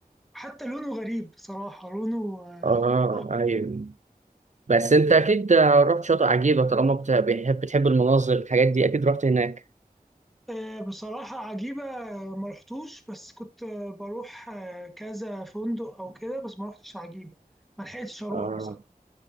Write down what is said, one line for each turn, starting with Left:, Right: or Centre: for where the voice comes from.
Centre: حتى لونه غريب بصراحة لونه
Right: اه
Centre: آه،
Right: ايوه بس انت اكيد رحت شاطئ عجيبة طالما بت- بتحب بتحب المناظر الحاجات دي اكيد رحت هناك
Centre: آه، بصراحة عجيبة آه، ما رحتوش بس كنت آه، بروح آه، كذا فندق او كده بس ما رحتش عجيبة ما لحقتش اروح
Right: اه
Centre: بصراحة